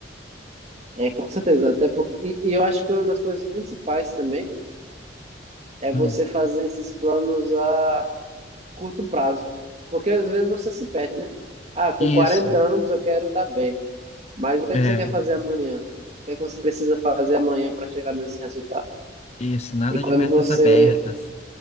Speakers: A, on the right; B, on the left.
A: É, com certeza. Até por... e, e eu acho que uma das coisas principais também é
B: Hum.
A: você fazer esses planos a curto prazo. Porque às vezes você se perde, né? Ah, com
B: Isso,
A: 40 anos eu quero estar bem. Mas o que
B: é,
A: é que você quer fazer amanhã? O que é que você precisa fazer amanhã para chegar nesse resultado?
B: isso, nada
A: E quando
B: de metas
A: você
B: abertas.